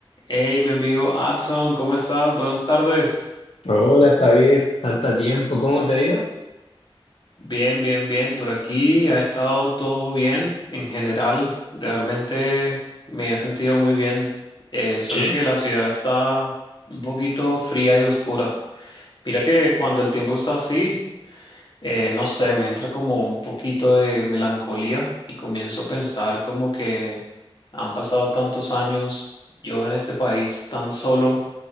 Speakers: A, on the left; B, on the left.
A: Hey, mi amigo Adson, ¿cómo estás? Buenas tardes.
B: Hola Javier, tanto tiempo, ¿cómo te ha ido?
A: Bien, bien, bien. Por aquí ha estado todo bien en general. Realmente me he sentido muy bien. Eh, solo
B: Sí,
A: que la ciudad está un poquito fría y oscura. Mira que cuando el tiempo está así, eh, no sé, me entra como un poquito de melancolía y comienzo a pensar como que han pasado tantos años yo en este país tan solo,